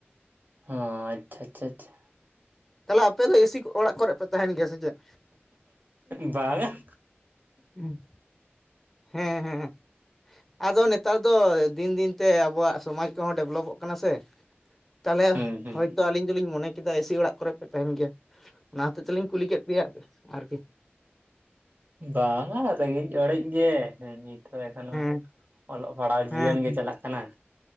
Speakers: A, on the right (about 45°); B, in the centre.
A: ᱚ ᱟᱪᱪᱷᱟ ᱟᱪᱪᱷᱟ ᱟᱪᱪᱷᱟ ᱾
B: ᱛᱟᱦᱚᱞᱮ ᱟᱯᱮ ᱫᱚ ᱮᱥᱤ ᱚᱲᱟᱜ ᱠᱚᱨᱮ ᱯᱮ ᱛᱟᱦᱮᱱ ᱜᱮᱭᱟ ᱥᱮ ᱪᱮᱫ?
A: ᱵᱟᱝᱜᱟ ᱾
B: ᱦᱩᱸ᱾ ᱦᱮᱸ ᱦᱮᱸ ᱾ ᱟᱫᱚ ᱱᱮᱛᱟᱨ ᱫᱚ ᱫᱤᱱ ᱫᱤᱱᱛᱮ ᱟᱵᱚᱣᱟᱜ ᱥᱚᱢᱟᱡᱽ ᱠᱚᱦᱚᱸ ᱰᱮᱵᱷᱞᱚᱯᱚᱜ ᱠᱟᱱᱟ ᱥᱮ ᱾ ᱛᱟᱦᱚᱞᱮ
A: ᱦᱩᱸ ᱦᱩᱸ
B: ᱦᱚᱳᱭᱛᱳ ᱟᱞᱤᱧ ᱫᱚᱞᱤᱧ ᱢᱚᱱᱮᱼᱼ ᱠᱮᱫᱟ ᱮᱥᱤ ᱚᱲᱟᱜ ᱠᱚᱨᱮ ᱯᱮ ᱛᱟᱦᱮᱱ ᱜᱮᱭᱟ ᱚᱱᱟ ᱦᱚᱛᱮᱡ ᱛᱮᱞᱤᱧ ᱠᱩᱞᱤ ᱠᱮᱫ ᱯᱮᱭᱟ ᱟᱨᱠᱤᱼᱼ
A: ᱵᱟᱝᱟ ᱨᱮᱸᱜᱮᱡ ᱲᱮᱡ ᱜᱮ ᱦᱮᱸ ᱱᱤᱛ ᱦᱚᱸ ᱮᱠᱷᱚᱱ
B: ᱦᱮᱸ
A: ᱚᱞᱚᱜᱼᱼ ᱯᱟᱲᱦᱟᱹᱣ ᱡᱤᱭᱚᱱ
B: ᱦᱮᱸ
A: ᱜᱮ ᱪᱟᱞᱟᱜ ᱠᱟᱱᱟ ᱾